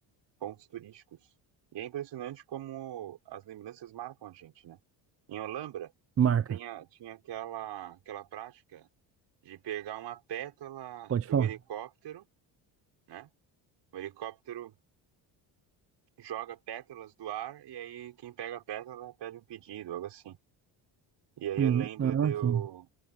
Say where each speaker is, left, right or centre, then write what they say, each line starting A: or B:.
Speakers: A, on the right; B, on the right.
A: pontos turísticos. E é impressionante como as lembranças marcam a gente, né? Em Olambra,
B: marca.
A: tinha, tinha aquela, aquela prática de pegar uma pétala
B: Pode
A: do
B: falar.
A: helicóptero, né? O helicóptero joga pétalas do ar e aí quem pega a pétala pede um pedido, algo assim. E aí
B: Hum,
A: eu lembro
B: ah,
A: de eu
B: sim.